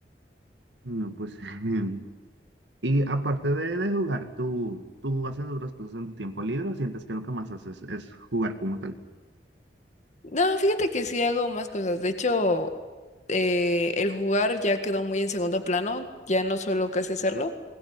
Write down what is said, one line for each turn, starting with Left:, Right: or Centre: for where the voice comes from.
Right: No, pues. <laughs> Y aparte de, de jugar, ¿tú, tú haces otras cosas en tu tiempo libre o sientes que lo que más haces es jugar como tal?
Left: No, fíjate que sí hago más cosas, de hecho, eh, el jugar ya quedó muy en segundo plano, ya no suelo casi hacerlo.